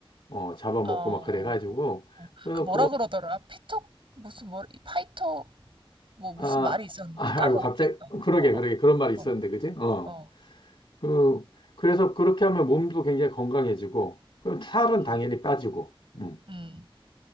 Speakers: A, on the left; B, on the right.
A: 어, 잡아먹고
B: 어.
A: 막 그래가지고 그래서
B: 그 뭐라 그러더라? 피터 무슨 뭐 파이터 뭐 무슨
A: 아,
B: 말이
A: 아,
B: 있었는데
A: 아이고,
B: 까먹었다.
A: 갑자기, 그러게,
B: 어, 어,
A: 그러게, 그런 말이 있었는데,
B: 어,
A: 그지? 어.
B: 어.
A: 그, 그래서 그렇게 하면 몸도 굉장히 건강해지고, 그럼 살은
B: 음.
A: 당연히 빠지고, 음.
B: 음.